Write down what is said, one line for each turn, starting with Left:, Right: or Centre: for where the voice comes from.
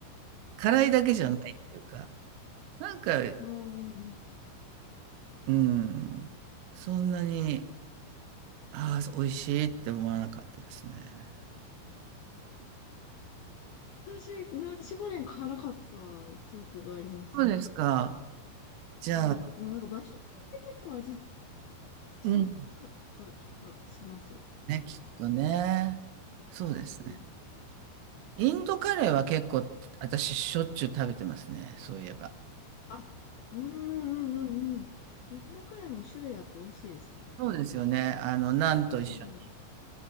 Right: 辛いだけじゃないっていうか、
Left: あ、
Right: なんか、
Left: うんうんうん。
Right: うん、そんなに、ああ、美味しいって思わなかったですね。
Left: 私、ナシゴレン辛かった記憶があります。
Right: そうですか。じゃあ、
Left: うん。でもなんか場所によって結構味
Right: うん。
Left: 違かった気がします。
Right: ね、きっとね。そうですね。
Left: うん。
Right: インドカレーは結構、私、しょっちゅう食べてますね。そういえば。
Left: あ、うんうんうんうん。インドカレーも種類あって美味しいですよね。
Right: そうですよね。あの、ナンと一緒に。
Left: うん。